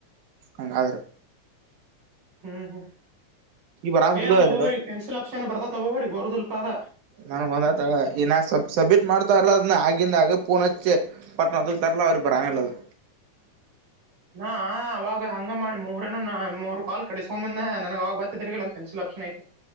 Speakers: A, on the right (about 85°); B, on the right (about 50°).
A: ಹಂಗಾದ್ರರೆ
B: ಹ್ಮ್ ಹ್ಮ್
A: ಬರತದ್ಲೋ
B: ಏ ಅದ ಒಬ್ಬೊವ್ರಿಗೆ
A: ನೆಟ್ವರ್ಕ್
B: ಪೆನ್ಸಿಲ್ ಆಪ್ಷನ್ ಬರ್ತತ್ ಒಬ್ಬೊವ್ರಿಗೆ ಹೊರ್ ಸ್ವಲ್ಪ ಅದ
A: ನನ್ಗ್ ಬಂದತ ಈ ನಾ ಸಬ್ ಸಬ್ಮಿಟ್ ಮಾಡ್ತಾರಲ್ಲ ಅದ ಆಗಿಂದ ಆಗ ಪೂನಚ್ಚೆ ಪಟ್ ಲ್ಲ ಅವ್ರಿಗ್ ಬರಂಗಿಲ್ಲ ಅದು
B: ಹ ನಾ ಅವಾಗ ಹಂಗ ಮಾಡಿ ಮೂರನ್ನು ಮೂರು ಕಾಲ್ ಕಡಿಸಕೊಂಡನ್ನ ನನಗ ಆವಾಗ್ ಗೊತ್ ತಿರ್ಲಿಲ್ಲ ಪೆನ್ಸಿಲ್ ಒಪ್ಶನ್ ಐ